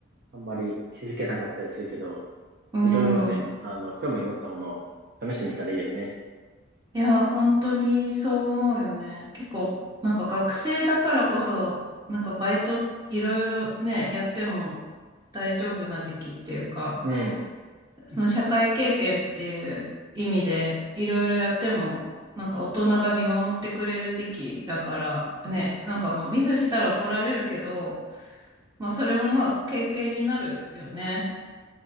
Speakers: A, on the right (about 55°); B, on the right (about 20°).
A: あんまり気づけなかったりするけど、
B: うん。
A: いろいろね、あの、興味持ったものを試してみたらいいよね。
B: いや、本当にそう思うよね。結構、なんか学生だからこそ、なんかバイトいろいろね、やっても大丈夫な時期っていうか、
A: うん。
B: その社会経験っていう意味でいろいろやっても、なんか大人が見守ってくれる時期だからね、なんかまあミスしたら怒られるけど、まあそれもまあ経験になるよね。